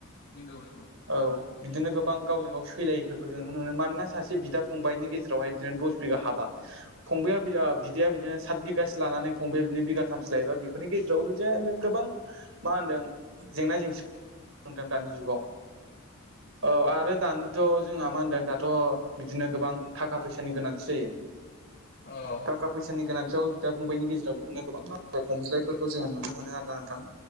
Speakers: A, on the left; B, on the right.
A: नंगौ नंगौ
B: औ
A: नंगौ
B: बिदिनो गोबां गावजों गाव सैलायि फोरखौ जों नुनो मोनो मानोना सासे बिदा फंबायनि गेजेरावहाय बिदिनो दस बिघा हाबा फंबाया बिद आ बिदाया बिदिनो सात बिगासो लानानै फंबाया बिदिनो बिगाथामसो लायोबा बेफोरनि गेजेरावबो बिदिनो गोबां मा होनदों जेंना <inaudible> दानि जुगाव औ आरो दानि थ' जोंहा मा होनदों दाथ' बिदिनो गोबां थाखा फैसानि गोनांथि जायो।
A: औ
B: थाखा फैसानि गोनांथियाव बिदा फंबायनि गेजेराव बिदिनो गोबां नांज्लाय खमज्लायफोरखौ जोङो नुनो मोनो आरो ना नोंथां।